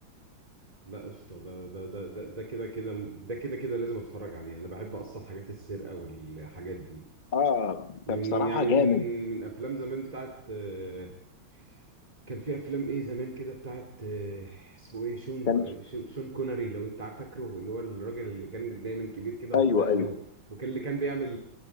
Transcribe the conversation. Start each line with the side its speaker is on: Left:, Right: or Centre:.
Right: لا قشطة ده ده ده ده ده كده كده ده كده كده لازم اتفرج عليه انا بحب اصلا حاجات السرقة والحاجات دي
Left: اه
Right: من
Left: فبصراحه
Right: يعني
Left: جامد
Right: من من افلام زمان بتاعت آه، كان في افلام ايه زمان كده بتاعت آه، اسمه ايه شون
Left: كان
Right: ك- شون شون كوناري لو انت عارف فاكره اللي هو الراجل اللي كان دايما كبير كده وبدقنه
Left: ايوه ايوه
Right: و- وكان اللي كان بيعمل